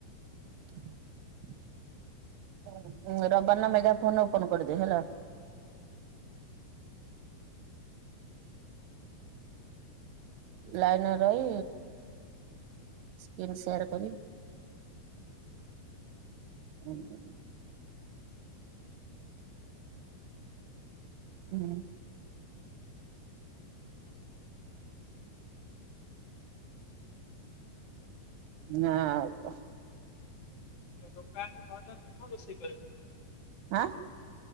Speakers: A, on the right; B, on the left.
A: <inaudible> ରବିବାର ଦିନ ମେଗା ଫୋନ୍ ଓପନ୍ କରିଦେ ହେଲା। ଲାଇନିରେ ରହି ସ୍କ୍ରିନ୍ ସେଟ୍ କରି ହୁଁ। ହୁଁ। ନାଁ ଆଉକଁ
B: ଟୋକା ଆଜି ଘରେ ଅଛି କଁ ରୋଷେଇ କରିବୁ?
A: ଆଁ।